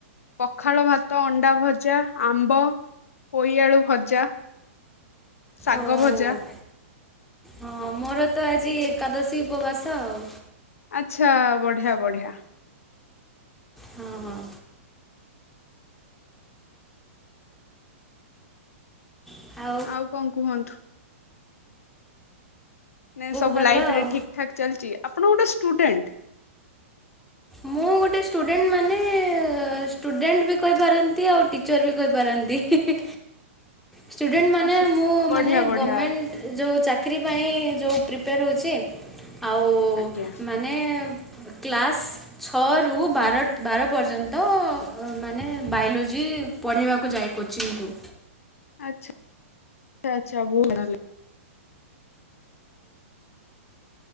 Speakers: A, on the left; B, in the centre.
A: ପଖାଳ ଭାତ, ଅଣ୍ଡା ଭଜା, ଆମ୍ବ, ପୋଇଆଳୁ ଭଜା ଶାଗ
B: ଓହୋ।
A: ଭଜା।
B: ହଁ ମୋର ତ ଆଜି ଏକାଦଶୀ ଉପବାସ ଆଉ।
A: ଆଚ୍ଛା ବଢ଼ିଆ ବଢିଆ।
B: ହଁ ହଁ ଆଉ।
A: ଆଉ କଣ୍ କୁହନ୍ତୁ? ନେଁ ସବୁ
B: ଭଲ
A: ଲାଇଫ୍
B: ଆଉ।
A: ରେ ଠିକ୍ ଠାକ୍ ଚାଲିଚି- ଆପଣ ଗୋଟେ ଷ୍ଟୁଡେଣ୍ଟ?
B: ମୁଁ ଗୋଟେ ଷ୍ଟୁଡେଣ୍ଟ ମାନେ ଷ୍ଟୁଡେଣ୍ଟ ବି କହିପାରନ୍ତି ଏମିତି ଆଉ ଟିଚର୍ ବି କହିପାରନ୍ତି। ଷ୍ଟୁଡେଣ୍ଟ ମାନେ
A: ଆଛା
B: ମୁଁ
A: ବଢିଆ
B: ମାନେ
A: ବଢିଆ
B: ଗମେଣ୍ଟ୍ ଯଉ ଚାକିରି ପାଇଁ ଯଉ ପ୍ରିପେୟାର ହଉଚି ଆଉ
A: ଆଜ୍ଞା
B: ମାନେ ମାନେ କ୍ଲାସ୍ ଛଅରୁ ବାର -ବାର ପର୍ଯ୍ୟନ୍ତ ମାନେ ବାୟୋଲୋଜି ପଢେଇବାକୁ ଯାଏ କୋଚିଙ୍ଗ୍ କୁ।
A: ଆଛା- ଆଛା ବୁ <unintelligible> ତାହେଲେ। <inaudible>